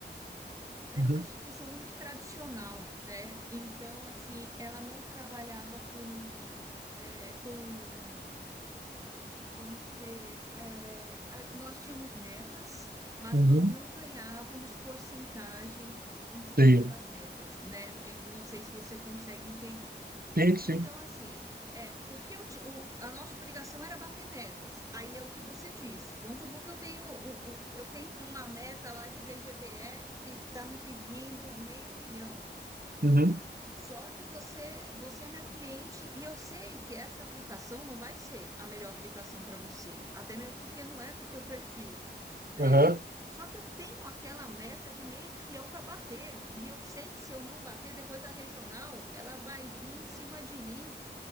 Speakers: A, on the right; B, on the right.
A: Era
B: Uhum,
A: uma instituição muito tradicional, né? Então, assim, ela não trabalhava com, é, com, vamos dizer, é, a- nós tínhamos metas, mas
B: uhum.
A: nós não ganhávamos porcentagem em cima
B: Sim.
A: das metas, né? Eu Não sei se você consegue entender.
B: Sim, sim.
A: Então, assim, é, o que eu ti- o- a nossa obrigação era bater metas. Aí é o que você disse. Vamos supor que eu tenho, o- o- eu tenho uma meta lá de VGBL que está me pedindo meio milhão.
B: Uhum.
A: Só que você, você é meu cliente e eu sei que essa aplicação não vai ser a melhor aplicação para você, até mesmo porque não é do teu perfil, né?
B: Aham.
A: Só que eu tenho aquela meta de meio milhão para bater e eu sei que se eu não bater, depois a regional ela vai vir em cima de mim